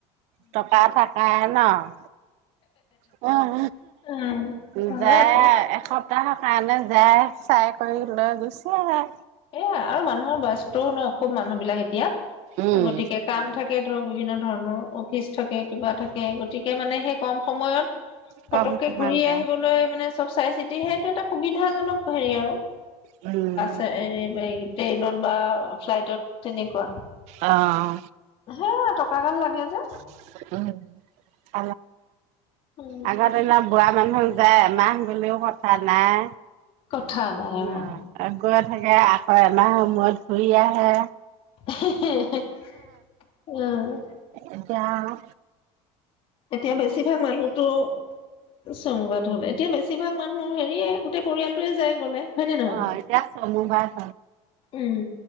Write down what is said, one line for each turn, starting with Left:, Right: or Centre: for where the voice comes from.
Right: টকা থাকাই ন। <unintelligible> উম
Left: উম
Right: <unintelligible> যায়
Left: হয় আকৌ
Right: আৰু এস <unintelligible> কাৰণে যায় চায় কৰি লৈ গুচি আহে।
Left: <unintelligible> আৰু মানুহৰ বয়ষ্টো ন খুব মানুহ বিলাক এতিয়া।
Right: উম
Left: গতিকে, কাম থাকে ধৰক বিভিন্ন ধ <unintelligible> অফিচ থাকে, কিবা থাকে গতিকে মানে সেই কম সময়ত
Right: কম
Left: ফতককে
Right: কিমান
Left: ঘূৰি
Right: যায়
Left: আহিবলৈ মানে চব চাই চিতি সেইটো এটা সুবিধাাজনক হেৰি আৰু।
Right: উম।
Left: <unintelligible> ট্ৰেইনত বা ফ্লাইটত তেনেকুৱা।
Right: অঁ।
Left: হে টকা গাল লাগে যে।
Right: <unintelligible>
Left: উম
Right: আগতে ন বুঢ়া মানুহ যায় এমাহ গ'লেও কথা নাই।
Left: কথা নাই
Right: গৈ
Left: অঁ।
Right: <unintelligible> থাকে আকৌ এমাহৰ মূৰত ঘূৰি আহে।
Left: <unintelligible>
Right: এতিয়া আৰু
Left: এতিয়া বেছিভাগ মানুহতো <unintelligible> হ'ল এতিয়া বেছি ভাগ মানুহ হেৰিয়ে গোটেই পৰিয়ালটোয়ে যায় গলে। হয় নে নহয়
Right: অঁ এতিয়া <unintelligible> ভাল,
Left: উম